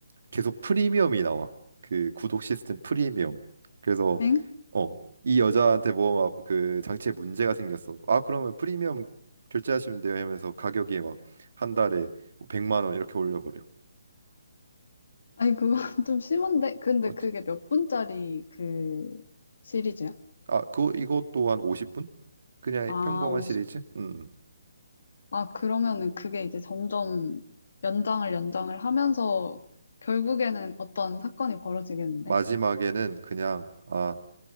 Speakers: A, on the right; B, on the left.
A: 계속 프리미엄이 나와. 그 구독 시스템 프리미엄. 그래서
B: 엥?
A: 어, 이 여자한테 뭐 그 장치에 문제가 생겼어. 아, 그러면 프리미엄 결제하시면 돼요 하면서 가격이 막 한 달에 뭐 100만 원 이렇게 올려버려.
B: 아니 그건 <laughs> 좀 심한데. 근데
A: 맞지?
B: 그게 몇 분짜리 그 시리즈야?
A: 아, 그거 이것도 한 50분? 그냥
B: 아
A: 평범한
B: 50.
A: 시리즈? 음.
B: 아 그러면은 그게 이제 점점 연장을 연장을 하면서 결국에는 어떤 사건이 벌어지겠는데?
A: 마지막에는 그냥 아